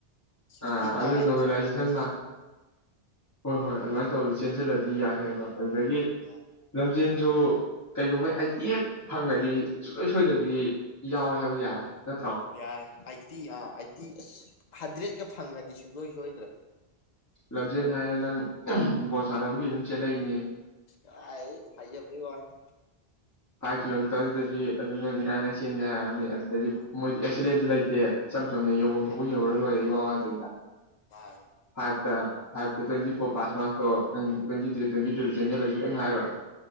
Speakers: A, on the left; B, on the left.
A: ꯁꯤꯛꯁꯇꯤ
B: ꯑꯥ ꯑꯗꯨꯅ
A: ꯅꯥꯏꯟ
B: ꯅꯣꯔꯃꯦꯂꯥꯏꯖꯦꯁꯟ
A: ꯁꯚꯦꯟꯇꯤ
B: ꯃꯥ ꯍꯣꯏ ꯍꯣꯏ ꯑꯗꯨꯃꯥꯏꯅ ꯇꯧꯔꯁꯨ ꯆꯦꯟꯁꯤꯜꯂꯗꯤ ꯌꯥꯏ ꯍꯥꯏꯕ ꯑꯗꯨꯗꯒꯤ
A: ꯑꯥ
B: ꯂꯝꯖꯦꯟꯁꯨ ꯀꯩꯒꯨꯝꯕ ꯑꯩꯇꯤ ꯍꯦꯛ ꯐꯪꯉꯗꯤ ꯁꯨꯡꯁꯣꯏ ꯁꯣꯏꯗꯕꯤ ꯌꯥꯎꯔꯦ ꯍꯥꯏꯕ ꯌꯥꯔꯦ ꯅꯠꯇ꯭ꯔꯣ
A: ꯌꯥꯔꯦ ꯑꯩꯠꯇꯤ ꯑꯥ ꯑꯩꯠꯇꯤ ꯑꯁ ꯍꯟꯗ꯭ꯔꯦꯗꯀ ꯐꯪꯉꯗꯤ ꯁꯨꯡꯁꯣꯏ ꯁꯣꯏꯗ꯭ꯔꯦ
B: ꯂꯝꯖꯦꯟ ꯍꯥꯏꯔ ꯅꯪ ꯕꯣꯜ ꯁꯥꯟꯅꯕꯒꯤ ꯑꯗꯨꯝ ꯆꯦꯜꯂꯛꯏꯅꯦ
A: ꯥꯑꯁ ꯀꯥꯏ ꯍꯥꯏꯖꯕꯩ ꯋꯥꯅꯦ
B: ꯐꯥꯏꯚ ꯀꯤꯂꯣꯃꯤꯇꯔꯗꯨꯗꯗꯤ ꯑꯗꯨꯝ ꯅꯪ ꯏꯔꯥꯏ ꯂꯥꯏ ꯆꯦꯟꯒꯦ ꯍꯥꯏꯛꯑꯅꯤ ꯑꯗꯨꯗꯗꯤ
A: ꯃꯥꯔꯛ
B: ꯃꯣꯏꯗꯤ ꯑꯦꯛꯁꯂꯦꯟꯁꯨ ꯂꯩꯇꯦ ꯏꯆꯝ ꯆꯝꯅ ꯌꯧꯐꯝ
A: ꯂꯩꯇꯦ
B: ꯊꯣꯛꯄ ꯌꯧꯔ ꯂꯣꯏꯔꯦ ꯏꯋꯥ ꯋꯥꯗꯕꯤꯗ
A: <unintelligible>
B: ꯐꯥꯏꯚꯇ ꯐꯥꯏꯚꯇ ꯇ꯭ꯋꯦꯟꯇꯤ ꯐꯣꯔ ꯄꯥꯁ ꯃꯥꯔꯇꯣ ꯅꯪ ꯇ꯭ꯋꯦꯟꯇꯤ ꯊ꯭ꯔꯤ ꯇ꯭ꯋꯦꯟꯇꯤ ꯇꯨꯗ ꯆꯦꯟꯁꯤꯜꯂꯁꯨ ꯀꯔꯤꯝ ꯍꯥꯏꯔꯣꯏ <inaudible>